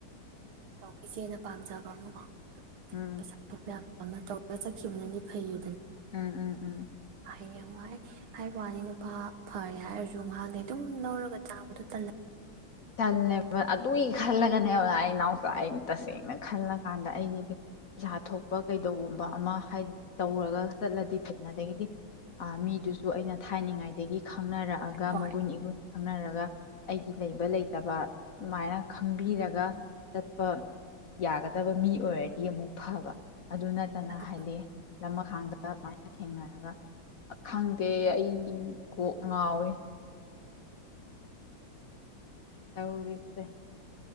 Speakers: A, on the right (about 80°); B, on the left (about 50°).
A: ꯇꯧ ꯏꯆꯦꯅ ꯄꯥꯝꯖꯕ ꯑꯃꯀꯣ
B: ꯎꯝ
A: ꯄꯩꯁꯥ ꯊꯣꯛꯄ ꯌꯥꯕ ꯑꯃ ꯇꯧꯔꯒ ꯆꯠꯈꯤꯕꯅꯗꯤ ꯐꯩꯌꯦ
B: ꯎꯝ ꯎꯝ ꯎꯝ
A: ꯍꯌꯦꯡ ꯋꯥꯏ ꯍꯥꯏꯕ ꯋꯥꯅꯤ ꯅꯨꯄꯥ ꯐꯔꯦ ꯍꯥꯏꯔꯁꯨ ꯃꯍꯥꯛꯗꯩ ꯑꯗꯨꯝ ꯂꯧꯔꯒ ꯆꯥꯕꯗꯣ ꯇꯜꯂꯦ
B: ꯇꯜꯂꯦꯕ ꯑꯗꯨꯏ ꯈꯜꯂꯒꯅꯦꯕ ꯑꯩ ꯏꯅꯥꯎꯆꯥ ꯑꯩꯅꯥ ꯇꯁꯦꯡꯅ ꯈꯜꯂꯀꯥꯟꯗ ꯑꯩꯒꯤꯗꯤ ꯄꯩꯁꯥ ꯊꯣꯛꯄ ꯀꯩꯗꯧꯕꯝ ꯑꯃ ꯍꯥꯏ ꯇꯧꯔꯒ ꯆꯠꯂꯗꯤ ꯊꯦꯡꯅꯗꯩꯒꯤꯗꯤ ꯑ ꯃꯤꯗꯨꯁꯨ ꯑꯗꯨ ꯑꯩꯅ ꯊꯥꯏꯅꯉꯥꯏꯗꯒꯤ ꯈꯪꯅꯔꯛꯑꯒ
A: ꯍꯣꯏ
B: ꯃꯒꯨꯟ ꯏꯒꯨꯟ ꯈꯪꯅꯔꯒ ꯑꯩ ꯂꯩꯕ ꯂꯩꯇꯥ ꯇꯥꯕ ꯑꯗꯨꯃꯥꯏ ꯈꯟꯕꯤꯔꯒ ꯆꯠꯄ ꯌꯥꯒꯗꯥꯕ ꯃꯤ ꯑꯣꯏꯔꯗꯤ ꯑꯃꯨꯛ ꯐꯥꯕ ꯑꯗꯨ ꯅꯠꯇꯅ
A: ꯑꯗꯨ
B: ꯍꯥꯏꯗꯤ ꯂꯥꯃꯥꯈꯥꯡꯗ ꯃꯥꯒꯥ ꯊꯦꯡꯅꯔꯒ ꯈꯪꯗꯦ ꯑꯩ ꯀꯣꯛ ꯉꯥꯎꯏ ꯇꯧꯔꯤꯁꯦ